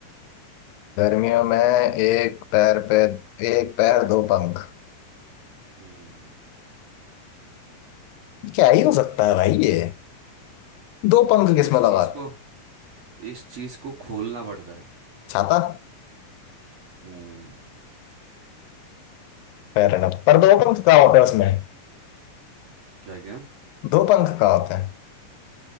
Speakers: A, on the left; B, on the right.
A: गर्मियों में एक पैर पे एक पैर दो पंख
B: हम्म
A: क्या ही हो सकता है भाई ये दो पंख
B: इस
A: किसमें लगाते
B: चीज को इस चीज को खोलना पड़ता है
A: छाता
B: हम्म
A: पैर है ना पर दो पंख कहाँ होते हैं उसमें
B: क्या क्या
A: दो पंख कहाँ होते हैं